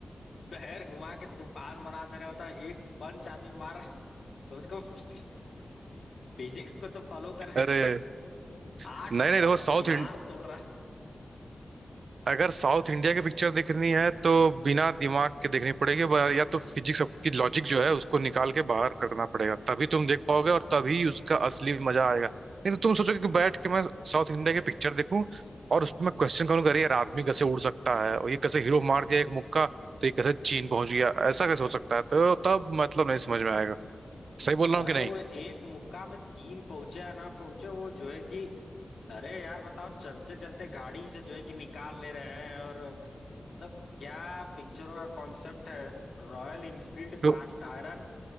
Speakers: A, on the left; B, on the right.
A: पैर घुमा के तूफान बना दे रहे होता है एक पंच आदमी मार रहा है, कम से कम फिजिक्स को तो फॉलो करना
B: अरे
A: चाहिए आठ
B: नहीं नहीं
A: दस
B: देखो साउथ
A: दीवार तोड़ रहा है।
B: अगर साउथ इंडिया की पिक्चर देखनी है तो बिना दिमाग के देखनी पड़ेगी ब- या तो फिजिक्स की लॉजिक जो है उसको निकाल के बाहर करना पड़ेगा तभी तुम देख पाओगे और तभी उसका असली मजा आएगा नहीं तो तुम सोचोगे कि बैठ के मैं साउथ इंडिया की पिक्चर देखूं और उस पर मैं क्वेश्चन करूंगा अरे यार आदमी कैसे उड़ सकता है और ये कैसे हीरो मार दिया एक मुक्का तो ये कैसे चीन पहुंच गया ऐसा कैसे हो सकता है तो तब मतलब नहीं समझ में आएगा सही बोल रहा
A: अरे
B: हूँ कि नहीं
A: वो एक मुक्का में चीन पहुंचे या ना पहुंचे वो जो है कि अरे यार बताओ चलते चलते गाड़ी से जो है कि निकाल ले रहे हैं और मतलब क्या पिक्चरों का कॉन्सेप्ट है रॉयल इनफील्ड
B: तो-
A: कास्ट आयरन